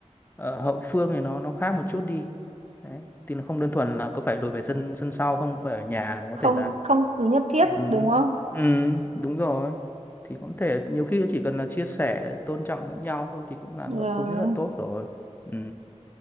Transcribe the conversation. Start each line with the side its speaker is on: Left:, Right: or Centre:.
Left: ờ, hậu phương này nó nó khác một chút đi đấy thì nó không đơn thuần là cứ phải lùi về sân sân sau không phải ở nhà mà có
Right: không
Left: thể là
Right: không cứ nhất thiết
Left: Ừ,
Right: đúng không
Left: ừ, đúng rồi thì cũng thể nhiều khi chỉ cần là chia sẻ tôn trọng lẫn nhau thôi thì cũng là một
Right: rồi
Left: phương rất là tốt rồi ừ,